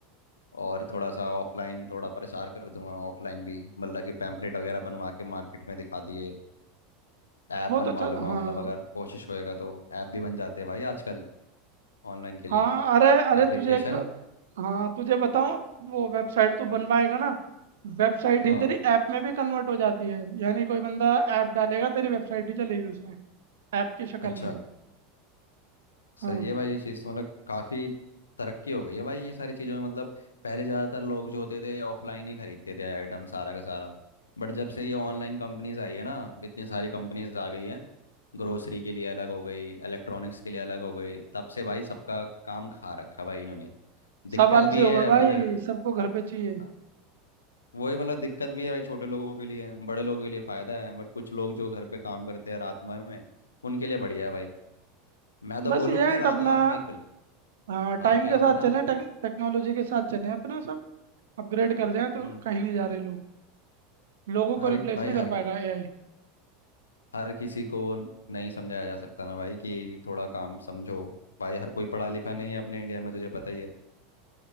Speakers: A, on the left; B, on the right.
A: और थोड़ा सा ऑफलाइन थोड़ा प्रसार कर दूंगा ऑफलाइन भी मतलब कि पैम्पलेट वगैरह बनवा के मार्केट में दिखा दिए ऐप
B: वो
A: बनवा
B: तो चल
A: लूंगा
B: हाँ
A: मतलब अगर कोशिश होएगा तो ऐप भी बन जाते हैं भाई आजकल ऑनलाइन के लिए
B: हाँ अरे अरे
A: एप्लीकेशन
B: तुझे एक हाँ तुझे बताऊँ वो वेबसाइट तू बनवाएगा ना वेबसाइट
A: हाँ
B: ही तेरी ऐप में भी कन्वर्ट हो जाती है यानी कोई बंदा ऐप डालेगा तेरी वेबसाइट ही चलेगी उसमें ऐप की शक्ल
A: अच्छा
B: में हाँ
A: सही है भाई ये चीज़ तो मतलब काफ़ी तरक्की हो गई है भाई ये सारी चीज़ों में मतलब पहले ज़्यादातर लोग जो होते थे ऑफलाइन ही खरीदते थे आइटम सारा का सारा बट जब से ये ऑनलाइन कंपनीज आई है ना इतनी सारी कंपनीज आ गई हैं ग्रोसरी के लिए अलग हो गई इलेक्ट्रॉनिक्स के लिए अलग हो गई तब से भाई सबका काम खा रखा भाई इन्होंने दिक्कत
B: सब आलसी
A: भी
B: हो
A: है
B: गए भाई
A: फिर
B: सबको घर पे चाहिए
A: अ, वही मतलब दिक्कत भी है भाई छोटे लोगों के लिए बड़े लोगों के लिए फ़ायदा है बट कुछ लोग जो घर पे काम करते हैं रात भर में उनके लिए बढ़िया है भाई मैं तो
B: बस
A: बोलूँ
B: ये
A: कि
B: है
A: रात
B: अपना
A: रात में ही खुल
B: हाँ
A: हाँ
B: टाइम
A: क्या
B: के साथ
A: बता
B: चलें टेक, टेक्नोलॉजी के साथ चलें अपना सब अपग्रेड कर जाएं तो
A: हम्म
B: कहीं नहीं जा रहे लोग लोगों
A: हर
B: को रिप्लेस
A: भाई
B: नहीं
A: हर
B: कर पाएगा एआई
A: हर किसी को नहीं समझाया जा सकता ना भाई कि थोड़ा काम समझो भाई हर कोई पढ़ा लिखा नहीं है अपने इंडिया में तुझे पता ही है